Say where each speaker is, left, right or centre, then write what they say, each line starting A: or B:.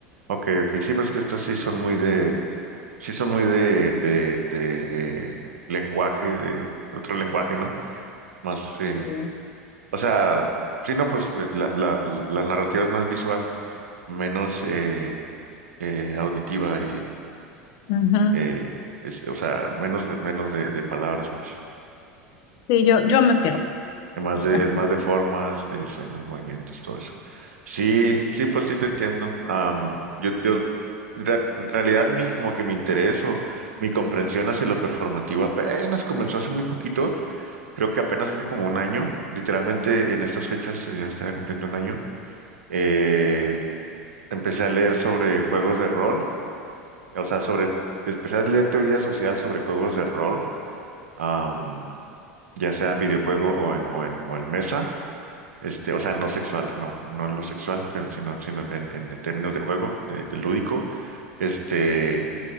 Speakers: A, on the right (about 80°); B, on the left (about 55°).
A: Ok, ok, sí, pero es que estas sí son muy de, sí son muy de, de, de eh, lenguaje, de otro lenguaje, ¿no? Más, eh,
B: Sí.
A: o sea, sí, no, pues eh, la, la, la narrativa es más visual, menos eh, eh, auditiva y,
B: Ujú.
A: eh, es, o sea, menos, de- menos de, de palabras, pues.
B: Sí, yo, yo me pierdo.
A: Es más de,
B: Así.
A: es más de formas, de escenas, movimientos, todo eso. Sí, sí, pues sí te entiendo. Am, yo, yo, en rea- en realidad mi, como que mi interés o mi comprensión hacia lo performativo apenas comenzó hace muy poquito. Creo que apenas hace como un año, literalmente en estas fechas, eh, ya estaría cumpliendo un año. eh, empecé a leer sobre juegos de rol, o sea, sobre, empecé a leer teoría social sobre juegos de rol, am, ya sea en videojuego o en, o en, o en mesa. Este, o sea, no sexual, no, no en lo sexual, pero sino, sino en, en- en términos de juego, de, de lúdico. Este,